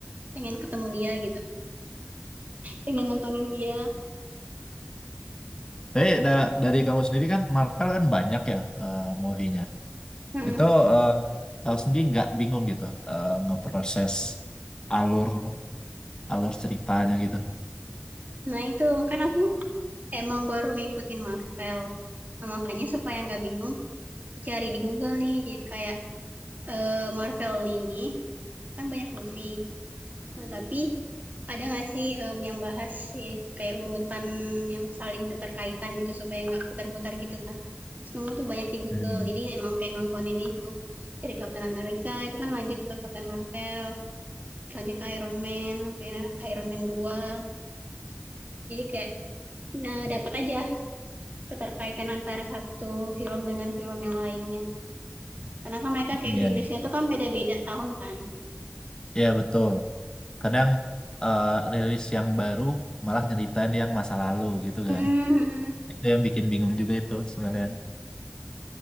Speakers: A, on the right; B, on the left.
A: pengen ketemu dia gitu. Pengen nontonin dia.
B: Tapi da- dari kamu sendiri kan Marvel kan banyak ya eh, movie-nya.
A: Hmm.
B: Itu eh, kamu sendiri nggak bingung gitu eh, ngeproses alur alur ceritanya gitu.
A: Nah, itu kan aku emang baru ngikutin Marvel. Nah, makanya supaya nggak bingung, cari di Google nih. Jadi kayak eh, Marvel ini kan banyak movie. Nah, tapi ada nggak sih em, yang bahas sih kayak urutan yang saling keterkaitan gitu supaya nggak putar-putar gitu kan? Semua tuh banyak di Google,
B: Hmm,
A: jadi emang kayak nontonin itu. Dari Captain America itu kan lanjut ke Captain Marvel, lanjut ke Iron Man, sampai Iron Man dua Jadi kayak nah, dapat aja keterkaitan antara satu film dengan film yang lainnya. Karena kan mereka kayak
B: Iya,
A: rilisnya
B: iya
A: tuh kan beda-beda tahun kan.
B: Iya, betul. Kadang eh, rilis yang baru malah nyeritain yang masa lalu gitu
A: Mm-mm,
B: kan.
A: mm-mm.
B: Itu yang bikin bingung juga itu sebenarnya.